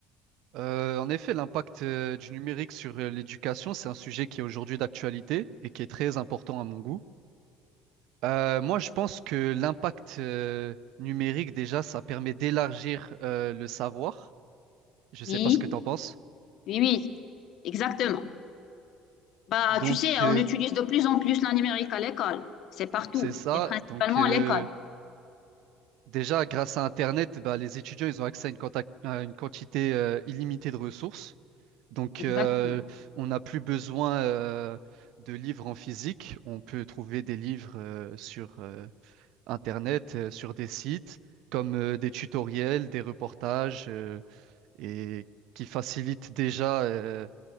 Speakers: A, on the right; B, on the left.
A: Euh, en effet, l'impact euh, du numérique sur euh, l'éducation, c'est un sujet qui est aujourd'hui d'actualité et qui est très important à mon goût. Euh, moi, je pense que l'impact euh, numérique, déjà, ça permet d'élargir euh, le savoir. Je ne sais
B: Oui,
A: pas ce que tu en penses.
B: oui, oui, exactement. Bah,
A: Donc,
B: tu sais,
A: euh,
B: on utilise de plus en plus le numérique à l'école. C'est partout,
A: c'est ça.
B: et principalement
A: Donc, euh,
B: à l'école.
A: déjà, grâce à Internet, bah, les étudiants, ils ont accès à une, quanta- à une quantité euh, illimitée de ressources. Donc,
B: Exactement.
A: euh, on n'a plus besoin euh, de livres en physique. On peut trouver des livres euh, sur euh, Internet, euh, sur des sites, comme euh, des tutoriels, des reportages, euh, et qui facilitent déjà euh,